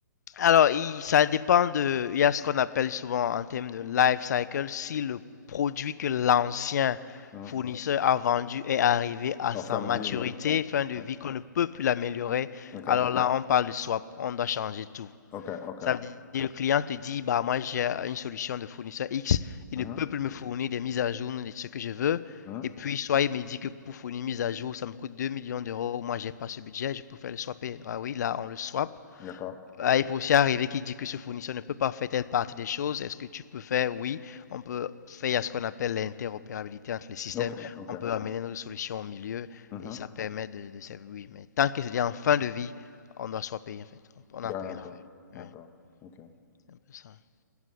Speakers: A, on the left; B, on the left.
A: Alors, il- ça dépend de. Il y a ce qu'on appelle souvent en termes de life cycle, si le produit que l'ancien
B: Hmm.
A: fournisseur a vendu est arrivé à
B: En
A: sa
B: fin
A: maturité,
B: de vie, ouais.
A: fin de
B: Ouais.
A: vie, qu'on ne peut plus l'améliorer,
B: OK,
A: alors là, on parle de swap, on doit changer tout.
B: OK, OK.
A: Ça veut dire le client te dit, bah moi j'ai une solution de fournisseur X, il
B: Mhm.
A: ne peut plus me fournir des mises à jour de ce que je veux.
B: Mhm.
A: Et puis, soit il me dit que pour fournir une mise à jour, ça me coûte 2 millions d'euros, moi j'ai pas ce budget, je peux faire le swapper. Ah oui, là on le swap.
B: D'accord.
A: Ah, il peut aussi arriver qu'il dit que ce fournisseur ne peut pas faire telle partie des choses. Est-ce que tu peux faire? Oui, on peut faire ce qu'on appelle l'interopérabilité entre les systèmes.
B: OK, OK.
A: On peut amener notre solution au milieu
B: Mhm.
A: et ça permet de, de servir. Oui, mais tant que c'est en fin de vie, on doit soit payer en fait. On
B: D'accord,
A: n'a plus rien à faire. Ouais,
B: d'accord. OK,
A: c'est un peu ça.